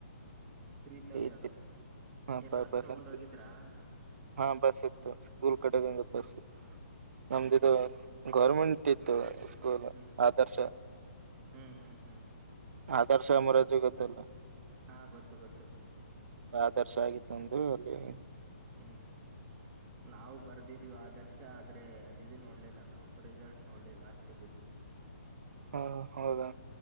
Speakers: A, on the right (about 25°); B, on the right (about 65°).
A: ತ್ರೀ ತೌಸಂಡ್
B: ಏಟ್ ಡೇಸ್ ಹಾ
A: ಏನ್
B: ಪರ್
A: ಬಸ್
B: ಪರ್ಸನ್
A: ತಗೊಂಡ ಹೋಗಿದ್ರಾ.
B: ಹಾ ಬಸ್ ಇತ್ತು ಸ್ಕೂಲ್ ಕಡೆದಿಂದ
A: ಹ್ಮ್
B: ಬಸ್. ನಮ್ದಿದದು
A: ಹ್ಮ್
B: ಗೌರ್ಮೆಂಟ್ ಇತ್ತು ಸ್ಕೂಲ್
A: ಹ್ಮ್
B: ಆದರ್ಶ.
A: ಹ್ಮ್ ಹ್ಮ್ ಹ್ಮ್
B: ಆದರ್ಶಾ ಮುರಾರ್ಜಿ ಗೊತ್ತಲ್ಲ.
A: ಹಾ ಗೊತ್ತು ಗೊತ್ತು.
B: ಆದರ್ಸ ಆಗಿತ್ತು ನಂದು ಅಲ್ಲಿ.
A: ಹ್ಮ್ ಹ್ಮ್. ನಾವು ಬರ್ದಿದ್ವಿ ಆದರ್ಶ ಆದ್ರೆ ಅದಿದದು ನೋಡ್ಲಿಲ್ಲ ನಾವು ರಿಸಲ್ಟ್ ನೋಡ್ಲಿಲ್ಲ ಅಷ್ಟೇ ಬಿಟ್ವಿ.
B: ಹಾ ಹೌದಾ.